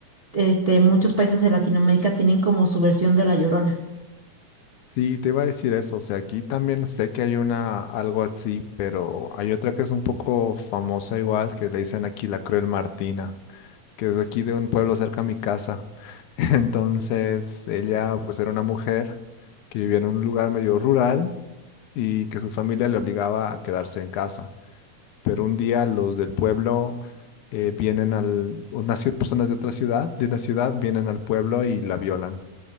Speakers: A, on the right; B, on the left.
A: este, muchos países de Latinoamérica tienen como su versión de La Llorona.
B: Sí, te iba a decir eso. O sea, aquí también sé que hay una, algo así, pero hay otra que es un poco famosa igual, que le dicen aquí la Cruel Martina. que es de aquí de un pueblo cerca a mi casa. <laughs> Entonces, ella pues era una mujer que vivía en un lugar medio rural y que su familia le obligaba a quedarse en casa. Pero un día los del pueblo eh, vienen al, unas cier- personas de otra ciudad, de una ciudad, vienen al pueblo y la violan.